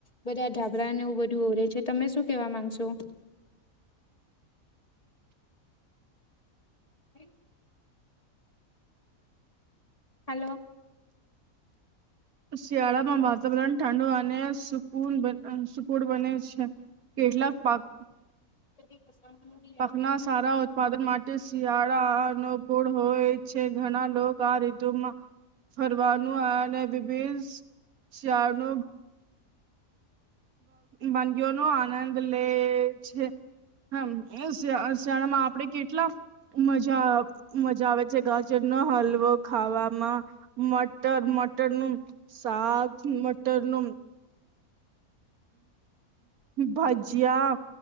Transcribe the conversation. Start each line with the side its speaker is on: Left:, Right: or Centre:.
Left: બધા ધાબરા ને એવું બધું ઓવરે છે તમે શું કેવા માંગશો? હમ હાલો
Right: શિયાળામાં વાતાવરણ ઠંડુ અને સુકૂ સુકુળ બને છે. કેટલાક પાક
Left: એ <inaudible>
Right: પખના સારા ઉત્પાદન માટે શિયાળ અનુકૂળ હોય છે ઘણા લોકો આ રીતુમાં ફરવાનું અનેભિ શળ ન વાનગીઓ નો આનંદ લે છે. હમ શ શિયાળમાં આપડે કેટલા મજા મજા આવે છે ગાજર ન હલવો ખાનામાં. મટર મટર ન સાક મટર નુ ભાજિયા